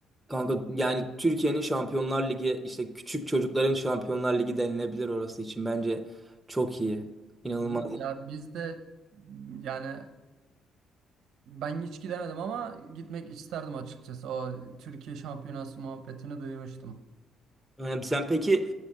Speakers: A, in the centre; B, on the right.
A: kanka yani Türkiye'nin Şampiyonlar Ligi işte küçük çocukların Şampiyonlar Ligi denilebilir orası için bence çok iyi. İnanılmaz.
B: Hı, Ya biz de yani ben hiç gidemedim ama gitmek isterdim açıkçası. O Türkiye şampiyonası muhabbetini duymuştum.
A: Ee, Sen peki